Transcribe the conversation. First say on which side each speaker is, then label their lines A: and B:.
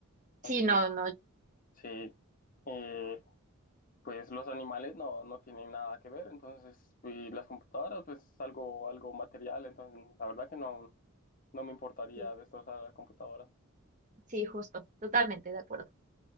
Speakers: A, on the left; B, on the right.
A: Entonces,
B: Sí, no, no.
A: sí. Eh, pues los animales no, no tienen nada que ver, entonces, y las computadoras, pues es algo, algo material, entonces la verdad que no, no me importaría
B: Sí,
A: destrozar la computadora.
B: sí, justo. Totalmente de acuerdo.